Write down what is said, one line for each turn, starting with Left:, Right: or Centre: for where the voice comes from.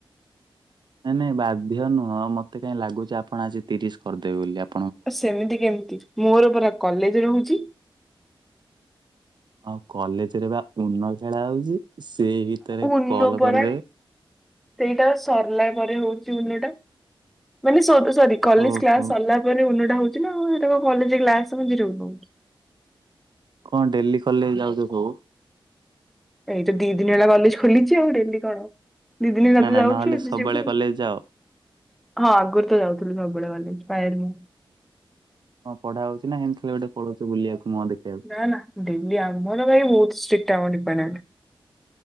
Right: ନାଇଁ ନାଇଁ ବାଧ୍ୟ ନୁହଁ ମତେ କାଇଁ ଲାଗୁଛି ଆପଣ ଆଜି ତିରିଶ କରିଦେବେ ବୋଲି ଆପ୍
Centre: <unintelligible> ସେମିତି କେମିତି ମୋର ପରା କଲେଜ ରୋହୁଛି।
Right: ଆଉ କଲେଜ ରେ ବା ଉନୋ ଖେଳା ହଉଚି ସେଇ ଭିତରେ
Centre: ଉନ
Right: କଲ
Centre: ପରା
Right: କରିଦେବେ।
Centre: ସେଇଟା ସରିଲା ପରେ ହୋଉଚି ଉନୋ ଟା ମାନେ ସରୁ ସରି କଲେଜ
Right: ଓହୋ
Centre: କ୍ଲାସ ସରିଲା ପରେ ଉନୋ ଟା ହୋଉଚି ନା ଆଉ ସେଟା କଲେଜ କ୍ଲାସ ମଝିରେ <unintelligible>
Right: କଁ ଡେଲ୍ଲୀ କଲେଜ ଯାଉଚ ସବୁ।
Centre: ଏଇ ତ ଦିଇ ଦିନି ହେଲା କଲେଜ ଖୋଲିଚି ଆଉ ଡେଲ୍ଲୀ କଣ। ଦିଇ ଦିନି ହେଲା
Right: ନା
Centre: ତ
Right: ନା
Centre: ଯାଉଚୁ
Right: ନହେଲେ
Centre: ଆଜି
Right: ସବୁବେଳେ
Centre: ଯିବୁ ଆଉ।
Right: କଲେଜ ଯାଅ
Centre: ହଁ ଆଗୁରୁ ତ ଯାଉଥୁଲୁ ସବୁ ବୋଳେ କଲେଜ୍ <unintelligible>
Right: କଁ ପଢା ହୋଉଚିନା ହେନ୍ତି ଖାଲି ଗୋଟେ ପାଳୋଉଚ ବୁଲିବାକୁ ମୁହଁ ଦେଖେଇବାକୁ।
Centre: ନା ନା ଡେଲ୍ଲୀ ଆମର ଭାଇ ବୋହୁତ ଷ୍ଟ୍ରିକ୍ଟ ଆମ ଦେପାଟମେଣ୍ଟ।